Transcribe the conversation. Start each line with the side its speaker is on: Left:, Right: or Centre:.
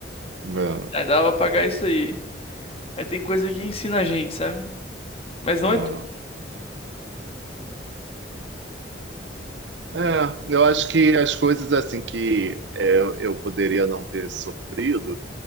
Right: é,
Left: Aí dava pra pagar isso aí. Mas tem coisa que ensina a gente, sabe? Mas
Right: é.
Left: não é. tu-
Right: É, eu acho que as coisas assim que é, eu poderia não ter sofrido